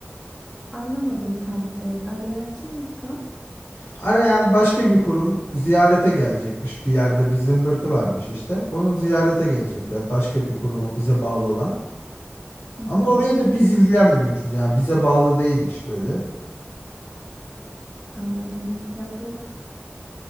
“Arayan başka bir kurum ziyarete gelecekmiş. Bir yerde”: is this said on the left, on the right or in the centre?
Left